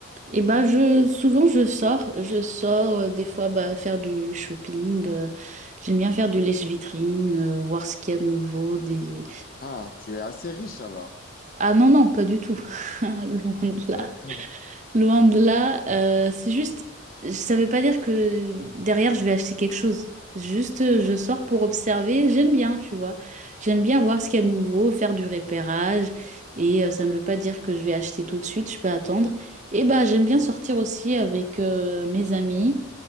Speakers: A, on the right (about 35°); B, on the left (about 45°).
A: Et bah je souvent je sors, je sors euh, des fois bah, faire du shopping, euh, j'aime bien faire du lèche-vitrine, euh, voir ce qu'il y a de nouveau, des...
B: Ah, tu es assez riche alors.
A: Ah non non, pas du tout. <laughs> Loin de
B: D'accord.
A: là. Loin de là, euh, c'est juste, ça veut pas dire que derrière je vais acheter quelque chose. Juste, euh, je sors pour observer. J'aime bien, tu vois. J'aime bien voir ce qu'il y a de nouveau, faire du repérage. Et euh, ça ne veut pas dire que je vais acheter tout de suite, je peux attendre. Et bah, j'aime bien sortir aussi avec euh, mes amis,